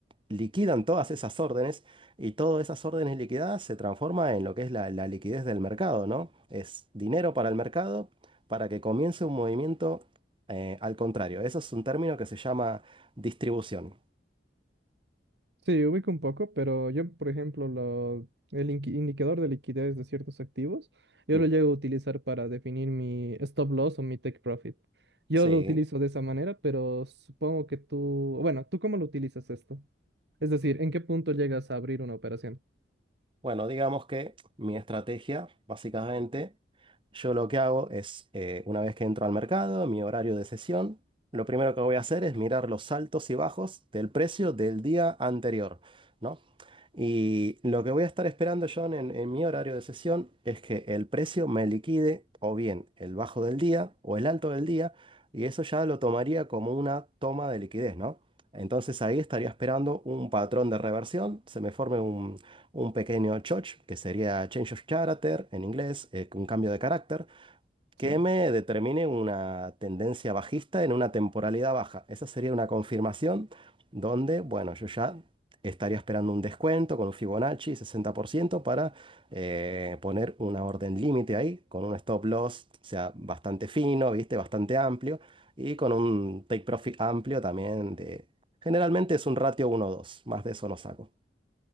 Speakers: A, on the right; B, on the right.
A: liquidan todas esas órdenes y todas esas órdenes liquidadas se transforma en lo que es la, la liquidez del mercado, ¿no? Es dinero para el mercado para que comience un movimiento eh, al contrario. Eso es un término que se llama distribución.
B: Sí, ubico un poco, pero yo, por ejemplo, lo- el inqui- indicador de liquidez de ciertos activos, yo
A: Mm,
B: lo llego a utilizar para definir mi stop loss o mi take profit. Yo
A: Sí.
B: lo utilizo de esa manera, pero supongo que tú, bueno, ¿tú cómo lo utilizas esto? Es decir, ¿en qué punto llegas a abrir una operación?
A: Bueno, digamos que mi estrategia, básicamente, yo lo que hago es, eh, una vez que entro al mercado, mi horario de sesión, lo primero que voy a hacer es mirar los altos y bajos del precio del día anterior, ¿no? Y lo que voy a estar esperando, John, en, en mi horario de sesión es que el precio me liquide o bien el bajo del día o el alto del día, y eso ya lo tomaría como una toma de liquidez, ¿no? Entonces ahí estaría esperando un patrón de reversión, se me forme un, un pequeño choch, que sería change of character en inglés, eh, un cambio de carácter,
B: Sí.
A: que me determine una tendencia bajista en una temporalidad baja. Esa sería una confirmación donde, bueno, yo ya estaría esperando un descuento con un Fibonacci 60% para eh, poner una orden límite ahí, con un stop loss, o sea, bastante fino, ¿viste? Bastante amplio, y con un take profit amplio también de... Generalmente es un ratio uno dos más de eso no saco.